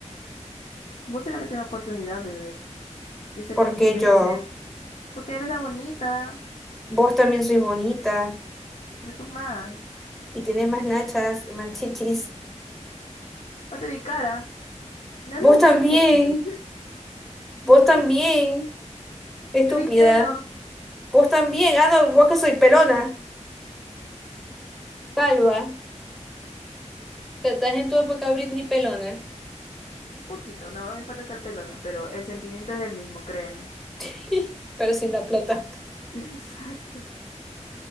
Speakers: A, on the left (about 70°); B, in the centre.
A: Vos sois la que tiene oportunidad, bebé. Yo sé
B: Porque
A: que tú tienes
B: yo,
A: ese, porque eres la bonita,
B: vos también sois bonita
A: pero tú más.
B: y tienes más nachas y más chichis.
A: O mi cara. No
B: Vos
A: hables de
B: también.
A: mis chichis aquí.
B: Vos también,
A: <laughs>
B: estúpida.
A: Tenéis pelo.
B: Vos también. Ah, no, vos que soy pelona. Calva. Te estás en tu época Britney pelona.
A: Un poquito, nada más me falta estar pelona, pero el sentimiento es el mismo, créeme.
B: <laughs> Pero sin la plata.
A: <laughs> Exacto.